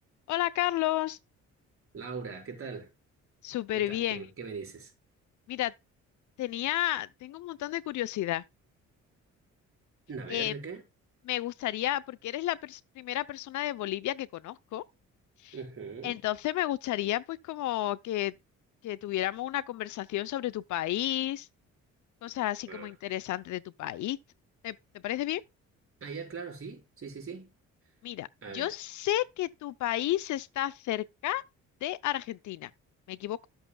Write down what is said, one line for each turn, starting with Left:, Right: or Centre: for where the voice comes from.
Left: Hola Carlos,
Right: Laura, ¿qué tal?
Left: súper
Right: ¿Qué tal?
Left: bien.
Right: ¿Qué, me qué me dices?
Left: Mira, tenía, tengo un montón de curiosidad.
Right: A ver,
Left: Eh,
Right: ¿de qué?
Left: me gustaría, porque eres la pers- primera persona de Bolivia que conozco,
Right: Ujú.
Left: entonces me gustaría pues como que, que tuviéramos una conversación sobre tu país, cosas así
Right: Ah,
Left: como interesantes de tu país. ¿Te, te parece bien?
Right: Ah, ya, claro, sí, sí, sí, sí.
Left: Mira,
Right: A
Left: yo
Right: ver,
Left: sé que tu país está cerca de Argentina. ¿Me equivoco?